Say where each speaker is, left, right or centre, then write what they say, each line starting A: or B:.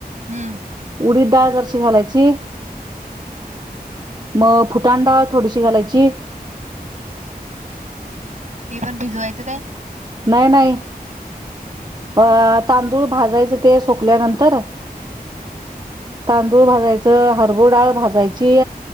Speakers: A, on the right; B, on the right.
A: हम्म
B: उडीद डाळ जराशी घालायची. मग फुटाण डाळ थोडीशी घालायची.
A: ते पण भिजवायचं काय?
B: नाही नाही अ तांदूळ भाजायचं ते सोकल्यानंतर तांदुळ
A: हां.
B: तांदूळ भाजायचं, हरभूरा डाळ भाजायची,